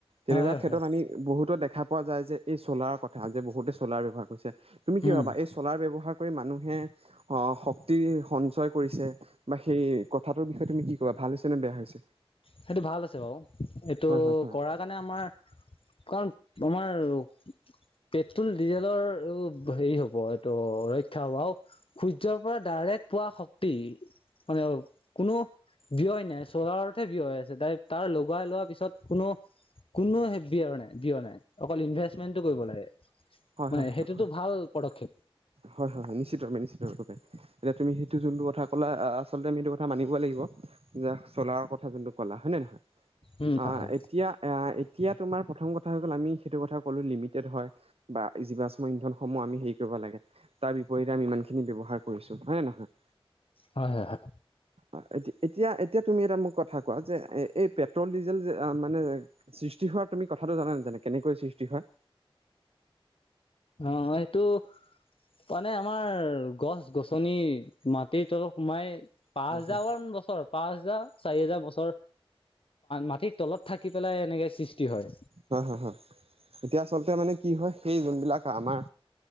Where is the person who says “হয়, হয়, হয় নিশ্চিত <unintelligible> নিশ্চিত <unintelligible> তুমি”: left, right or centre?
Right